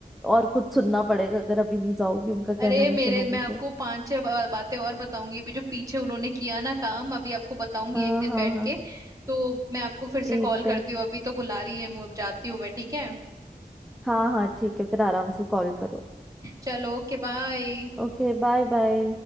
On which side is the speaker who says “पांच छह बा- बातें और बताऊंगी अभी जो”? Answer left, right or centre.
Right